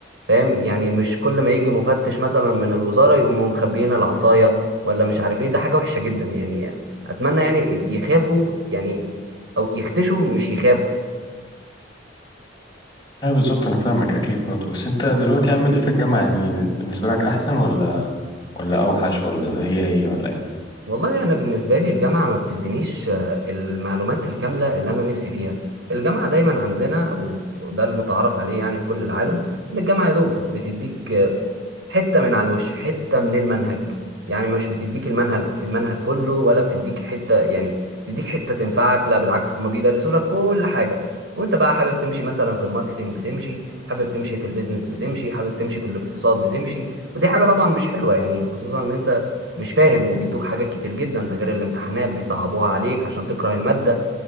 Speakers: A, on the right (about 70°); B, on the left (about 25°).
A: فاهم يعني مش كل ما يجي مفتش مثلا من الوزارة يقوموا مخبيين العصاية ولا مش عارف ايه ده حاجة وحشة جدا يعني اتمنى يعني يخافوا يعني او يختشوا مش يخافوا
B: ايوه بالظبط انا فاهمك اكيد برضو بس انت دلوقتي عامل ايه في الجامعه يعني بالنسبه لك احسن ولا ولا اوحش ولا هي هي ولا ايه
A: والله انا بالنسبه لي الجامعه ما بتدينيش آه، المعلومات الكامله اللي انا نفسي فيها الجامعه دايما عندنا و- وده المتعارف عليه يعني في كل العالم ان الجامعه يا دوب بتديك حته من على الوش حته من المنهج يعني مش بتديك المنهج المنهج كله ولا بتديك حته يعني بتديك حته تنفعك لا بالعكس هما بيدرسوا لك كل حاجه وانت بقى حابب تمشي مثلا في الماركتينج بتمشي حابب تمشي في البيزنس بتمشي حابب تمشي في الاقتصاد بتمشي ودي حاجه طبعا مش حلوه يعني خصوصا ان انت مش فاهم وبيدوك حاجات كتير جدا ده غير الامتحانات بيصعبوها عليك عشان تكره الماده